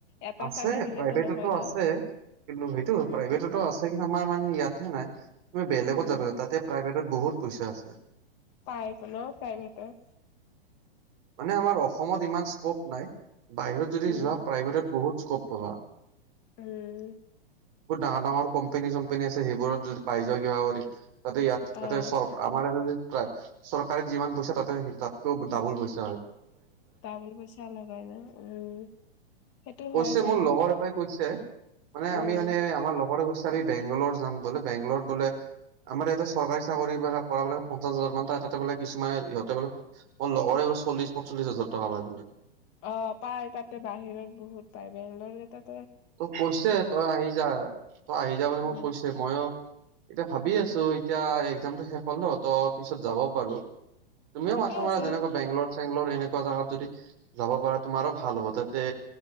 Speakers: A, on the left; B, on the right.
A: এটা
B: আছে,
A: চাই থাকিলেতো
B: প্ৰাইভেটতো
A: নহয়
B: আছে।
A: ন
B: ‌ কিন্তু সেইটো
A: উম,
B: প্ৰাইভেটতো আছে। কিন্তু আমাৰ মানে ইয়াত হে নাই। তুমি বেলেগত
A: উম।
B: যাবা। তাতে প্ৰাইভেটত বহুত পইচা আছে।
A: পাই কোনেও প্ৰাইভেটৰ।
B: মানে আমাৰ অসমত ইমান স্কোপ নাই। বাহিৰত যদি
A: উম,
B: যোৱা, প্ৰাইভেটত বহুত স্কোপ পাবা।
A: উম।
B: বহুত ডাঙৰ - ডাঙৰ কোম্পেনী- ছোম্পেনী আছে, সেইবোৰত যদি পাই যোৱা কিবা কৰি তাতে ইয়াত
A: অ',
B: তাতে চ- আমাৰ ইতে যি পায়- চৰকাৰে যিমান পইচা, তাতে সে- তাতকেও ডাবুল পইচ
A: ডাবোল পইচা লগায় ন'? উম। সেইটো
B: কৈছে
A: হয় বাৰু
B: মোৰ লগৰ এটাই কৈছে, মানে
A: উম।
B: আমি মানে আমাৰ লগৰে কৈছে আমি বেংগলোৰ যাম বোলে, বেংগলোৰত বোলে আমাৰ ইয়াতে চৰকাৰী চাকৰিবিলাক কৰাবিলাক পঞ্চাশ হাজাৰ মান পায়। তাতে বোলে কিছুমান ইহঁতে বোলে মোৰ লগৰে চল্লিছ - পঞ্চলিছ হাজাৰ টকা পায় বোলে।
A: অ' পায় তাতে। বাহিৰত বহুত পায়। বেংলোৰকেইটাত
B: মোক কৈছে, তই আহি যা। তই আহি যা বুলি
A: উম
B: মোক কৈছে। মইয়ো এতিয়া ভাবি আছোঁ
A: উম
B: এতিয়া, এক্জামটো শেষ হ'ল ন', তো পিছত যাব পাৰোঁ।
A: উম
B: তুমিও
A: ঠিকে
B: মাথা
A: আছে
B: মাৰা, যেনেকুৱা বেংগলোৰ-চেংলোৰ এনেকুৱা জেগাত যদি যাব পৰা, তোমাৰো ভাল হ'ব। তাতে